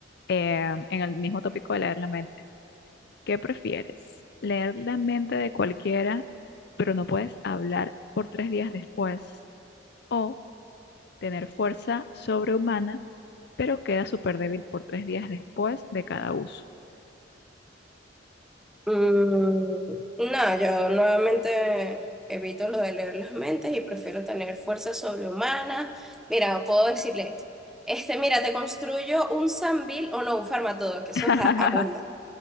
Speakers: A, on the left (about 60°); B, in the centre.
A: eh, en el mismo tópico de leer la mente. ¿Qué prefieres? ¿Leer la mente de cualquiera, pero no puedes hablar por tres días después? ¿O tener fuerza sobrehumana, pero queda súper débil por tres días después de cada uso?
B: Mm, no, yo nuevamente evito lo de leer las mentes y prefiero tener fuerza sobrehumanas. Mira, puedo decirle, este, mira, te construyo un Sambil o no, un Farmatodo, que eso
A: <laughs>
B: es a- abunda.